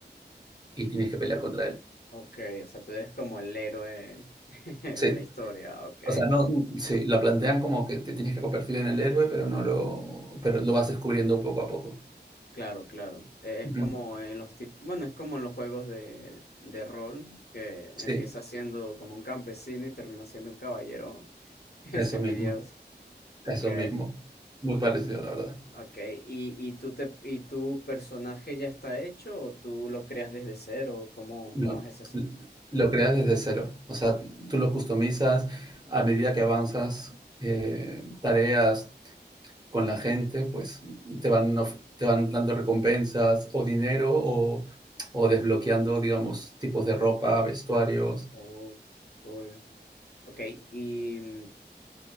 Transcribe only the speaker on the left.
ok, o sea, tú eres como el héroe <laughs> de
la historia, ok.
Claro, claro. Eh, es
como en los tip- bueno, es como en los juegos de, de rol, que
empieza siendo como un campesino y termina siendo un caballero <laughs>
semidios.
Ok.
Ok, ¿y, y tú te, y tu personaje ya está hecho o tú lo creas desde cero? ¿Cómo,
cómo es ese asunto?
Oh, cool. Ok, y, mm,